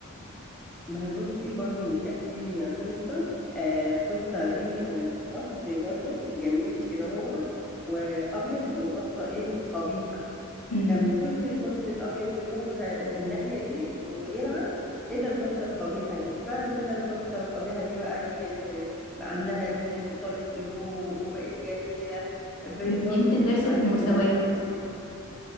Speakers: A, in the centre; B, on the left.
A: ما هي بصي برضو كانت في قصة آه، قصة إيه آه، بط برضو جميل كده هو وأبيض وبطة إيه قبيحة
B: مم.
A: كانوا كل البط الأبيض يروح آه، الناحية دي ويلعب إلا البطة القبيحة دي بعد كده البطة القبيحة دي بقى هي اللي بقى عندها ريش وطارت لفوق وبقت جميلة ب-
B: يمكن
A: برضو دي
B: درس
A: بتعلم
B: في المساواة
A: إن ما حدش